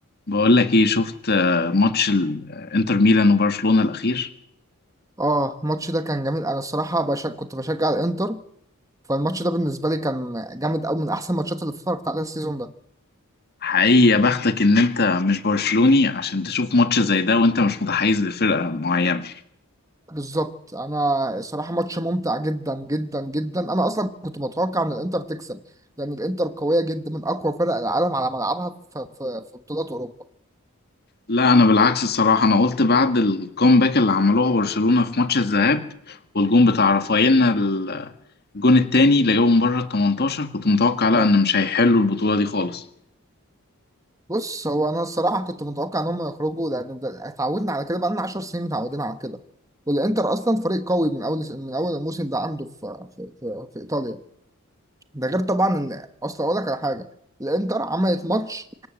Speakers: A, on the left; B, on the right.
A: بقول لك ايه شفت آه، ماتش ال- آه، انتر ميلان وبرشلونة الاخير
B: اه الماتش ده كان جميل انا الصراحه بش... كنت بشجع الانتر فالماتش ده بالنسبه لي كان جامد قوي من احسن الماتشات اللي اتفرجت عليها السيزون ده
A: حقيقي يا بختك ان انت مش برشلوني عشان تشوف ماتش زي ده وانت مش متحيز لفرقة معينة
B: بالظبط انا الصراحه ماتش ممتع جدا جدا جدا انا اصلا كنت متوقع ان الانتر تكسب لان الانتر قويه جدا من اقوى فرق العالم على ملعبها في, في... في بطولات اوروبا
A: لا انا بالعكس الصراحة انا قلت بعد الكومباك اللي عملوها برشلونة في ماتش الذهاب والجون بتاع رافاييلنا ال- آه، الجون التاني اللي جابه من بره ال 18 كنت متوقع لا
B: اه
A: ان مش هيحلوا البطولة دي خالص
B: بص هو انا الصراحه كنت متوقع ان هم يخرجوا لان ده- اتعودنا على كده بقالنا 10 سنين متعودين على كده والانتر اصلا فريق قوي من اول من اول الموسم ده عنده في في, في... في ايطاليا ده غير طبعا ان اصل اقول لك على حاجه الانتر عملت ماتش